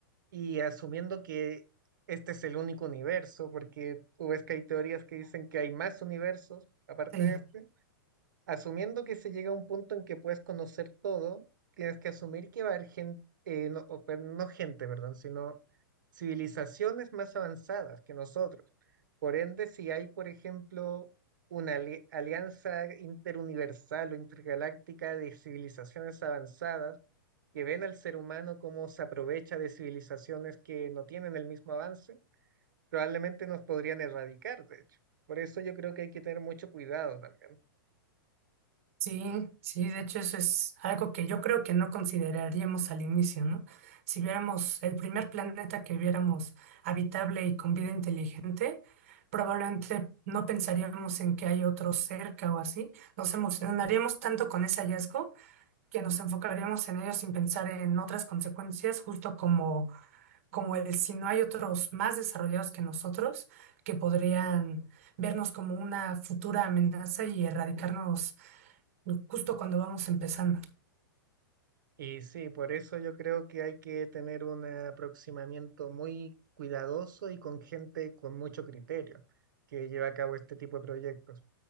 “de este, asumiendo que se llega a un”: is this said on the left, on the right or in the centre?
Right